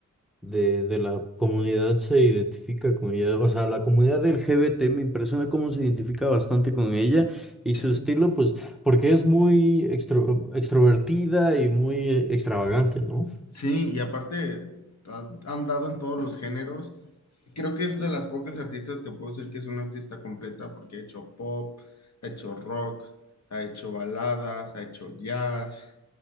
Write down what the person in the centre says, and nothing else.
de, de la comunidad se identifica con ella. O sea, la comunidad LGBT me impresiona cómo se identifica bastante con ella y
su estilo, pues, porque es muy extro- extrovertida y muy eh, extravagante, ¿no?